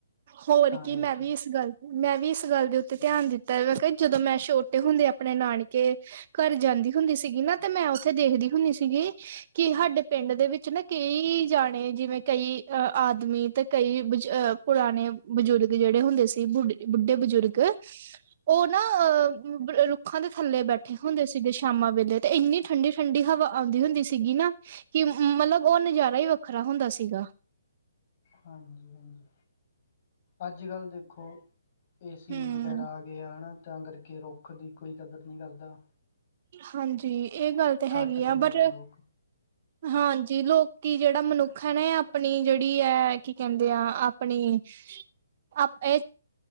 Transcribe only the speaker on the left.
ਤਾਂ
ਕਰਕੇ
<inaudible>
ਹਾਂਜੀ- ਹਾਂਜੀ ਅੱਜ -ਕੱਲ ਦੇਖੋ ਏਸੀ
ਵਗੈਰਾ ਪਏ ਹਨਾ, ਤਾਂ ਕਰਕੇ ਰੁੱਖ ਦੀ ਕੋਈ ਕਦਰ ਨਹੀਂ ਕਰਦਾ
ਕਟ
ਦਿੰਦੇ
ਆ ਲੋਕ